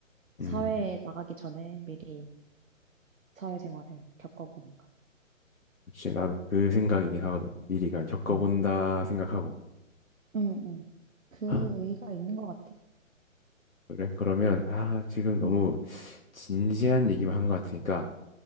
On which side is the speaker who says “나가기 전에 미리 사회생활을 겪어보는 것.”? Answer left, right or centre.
Right